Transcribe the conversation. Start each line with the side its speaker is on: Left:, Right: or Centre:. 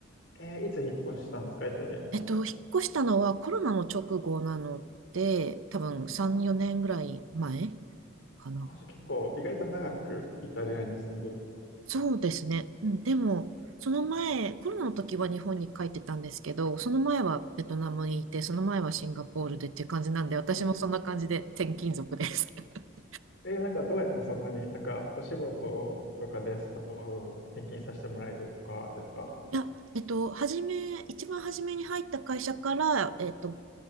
Left: えーいつ引っ越したんですか、イタリアには。
Right: えっと、引っ越したのはコロナの直後なので、多分3、
Left: ああ
Right: 4年ぐらい前かな。
Left: あ、じゃあ結構意外と長くイタリアに住んでて、
Right: そうですね。うん、でも、その前、コロナの時は日本に帰ってたんですけど、その前はベトナムにいて、その前はシンガポールでっていう感じなんで、私もそんな感じで転勤族です。
Left: えー
Right: <laughs>
Left: えーなんかどうやってそんなに、なんかお仕事とかでそう転勤させてもらえるとかですか
Right: いや、えっと、初め、一番初めに入った会社から、えっと、